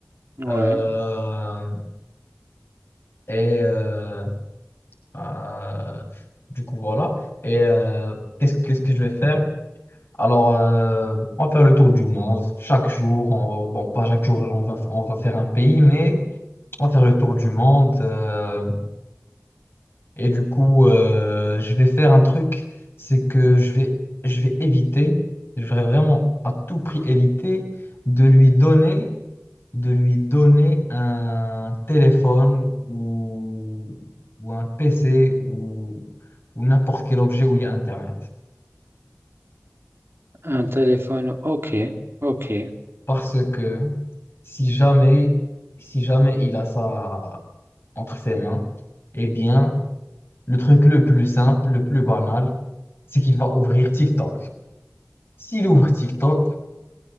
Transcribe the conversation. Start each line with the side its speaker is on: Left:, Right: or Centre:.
Right: Ouais.
Left: Euh, et euh, euh, du coup, voilà. Et euh, qu'est-ce, qu'est-ce que je vais faire? Alors, euh, on va faire le tour du monde. Chaque jour, on- bon, pas chaque jour, on va, on va faire un pays, mais on va faire le tour du monde. euh, et du coup, euh, je vais faire un truc, c'est que je vais, je vais éviter, je vais vraiment à tout prix éviter de lui donner. de lui donner un téléphone ou, ou un PC ou, ou n'importe quel objet où il y a Internet.
Right: Un téléphone. Ok. Ok.
Left: Parce que si jamais, si jamais il a ça entre ses mains, eh bien, le truc le plus simple, le plus banal, c'est qu'il va ouvrir TikTok. S'il ouvre TikTok,